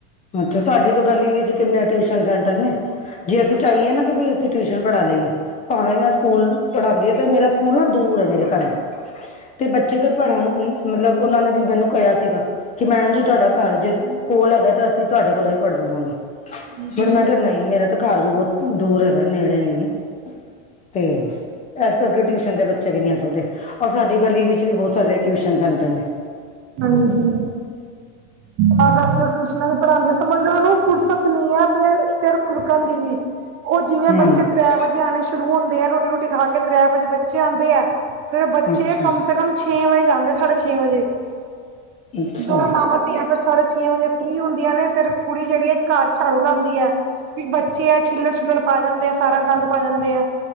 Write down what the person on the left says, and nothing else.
ਅੱਛਾ ਸਾਡੀ ਤੇ ਗਲੀ ਵਿੱਚ ਕਿੰਨੇ ਟਿਊਸ਼ਨ ਸੈਂਟਰ ਨੇ, ਜੇ ਅਸੀਂ
ਚਾਹੀਏ ਨਾ ਕਿ ਵੀ ਅਸੀਂ ਟਿਊਸ਼ਨ ਪੜ੍ਹਾ ਲਈਏ ਭਾਵੇਂ ਮੈਂ ਸਕੂਲ ਪੜ੍ਹਾਉਂਦੀ ਤੇ ਮੇਰਾ ਸਕੂਲ ਨਾ ਦੂਰ ਹੈ ਮੇਰੇ ਘਰ ਨੂੰ ਤੇ ਬੱਚੇ ਦੇ ਪੜ੍ਹਾ ਮਤਲਬ ਉਹਨਾਂ ਨੇ ਵੀ ਮੈਨੂੰ ਕਿਹਾ ਸੀਗਾ ਕਿ ਭੈਣ ਜੀ ਤੁਹਾਡਾ ਘਰ ਜੇ ਕੋਲ ਹੈਗਾ ਅਸੀਂ ਤੁਹਾਡੇ ਕੋਲ ਹੀ ਪੜ੍ਹ ਲਵਾਂਗੇ।
ਪਰ ਮੈਂ ਕਿਹਾ ਨਹੀਂ ਮੇਰਾ ਤੇ ਘਰ ਵੀ ਬਹੁਤ ਦੂਰ ਹੈਗਾ ਨੇੜੇ ਨਹੀਂ ਹੈ ਤੇ ਐਸ ਇਸ ਕਰਕੇ ਟਿਊਸ਼ਨ ਦੇ ਬੱਚੇ ਵੀ ਨਹੀਂ ਆ ਸਕਦੇ, ਔਰ ਸਾਡੀ ਗਲੀ ਵਿੱਚ ਵੀ ਬਹੁਤ ਸਾਰੇ ਟਿਊਸ਼ਨ ਸੈਂਟਰ ਨੇ
ਹਾਂਜੀ
ਅੱਛਾ
ਅੱਛਾ